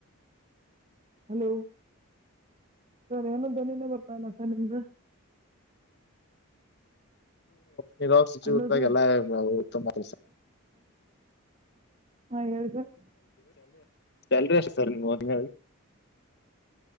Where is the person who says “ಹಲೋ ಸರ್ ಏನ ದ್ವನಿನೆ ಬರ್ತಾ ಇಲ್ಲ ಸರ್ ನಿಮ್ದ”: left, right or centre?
Right